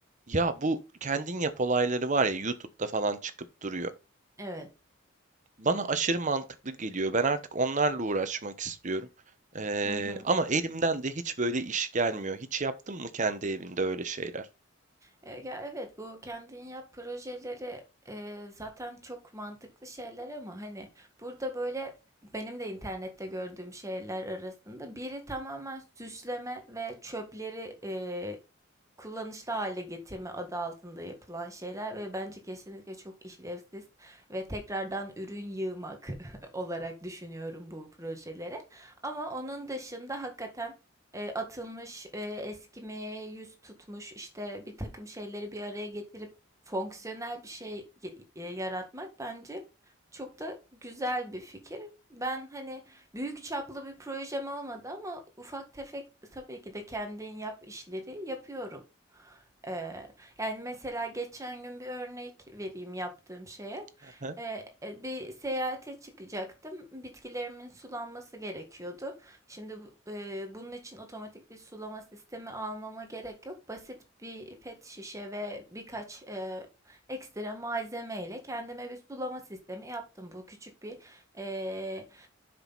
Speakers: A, on the right; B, on the right.
A: Ya bu kendin yap olayları var ya YouTube'da falan çıkıp duruyor.
B: Evet.
A: Bana aşırı mantıklı geliyor. Ben artık onlarla uğraşmak istiyorum. Ee,
B: Hı hı.
A: ama elimden de hiç böyle iş gelmiyor. Hiç yaptın mı kendi evinde öyle şeyler?
B: E, ya evet bu kendin yap projeleri e, zaten çok mantıklı şeyler ama hani burada böyle benim de internette gördüğüm şeyler arasında biri tamamen süsleme ve çöpleri e, kullanışlı hale getirme adı altında yapılan şeyler ve bence kesinlikle çok işlevsiz ve tekrardan ürün yığmak <laughs> olarak düşünüyorum bu projeleri. Ama onun dışında hakikaten e, atılmış, e, eskimeye yüz tutmuş, işte bir takım şeyleri bir araya getirip fonksiyonel bir şey y- e, yaratmak bence çok da güzel bir fikir. Ben hani büyük çaplı bir projem olmadı ama ufak tefek tabii ki de kendin yap işleri yapıyorum. Ee, yani mesela geçen gün bir örnek vereyim yaptığım şeye.
A: Aha.
B: Ee, e, bir seyahate çıkacaktım. Bitkilerimin sulanması gerekiyordu. Şimdi bu- e, bunun için otomatik bir sulama sistemi almama gerek yok. Basit bir pet şişe ve birkaç e, ekstra malzeme ile kendime bir sulama sistemi yaptım. Bu küçük bir e,